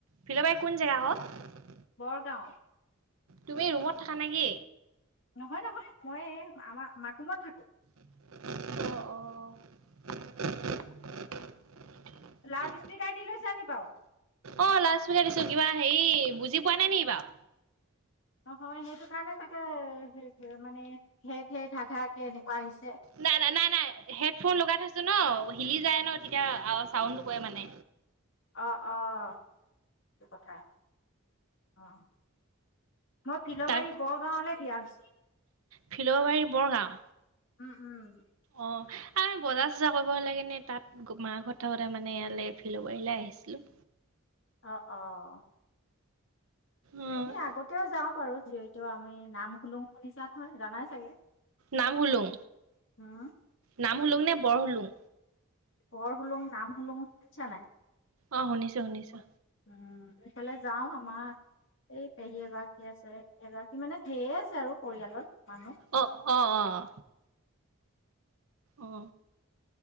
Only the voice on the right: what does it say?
ফিলবাৰী কোন জেগা ক'?
তুমি ৰুমত থাকা নেকি?
অ', অ', <inaudible>
<unintelligible>
অ', লাউড স্পীকাৰ দিছোঁ কিবা হেয়ি বুজি পোৱা নাই নি বাৰু?
নাই, নাই, নাই, নাই হেডফোন লগাই থৈছোঁ ন'। হিলি যায় ন' তেতিয়া আ, চাউণ্ডটো কৰে মানে।
তাৰ
ফিল'বাৰী বৰগাঁও।
অ', আমি বজাৰ, চজাৰ কৰিব হ'লে কিনে তাত, মাঘৰত থাকোঁতে মানে ইয়ালে ফিল'বাৰীলৈ আহি চিলো।
অ',
নাম হোলোং,
নাম হোলোং নে বৰ হোলোং?
অ' শুনিছো-শুনিছো।
অ', অ', অ', অ'।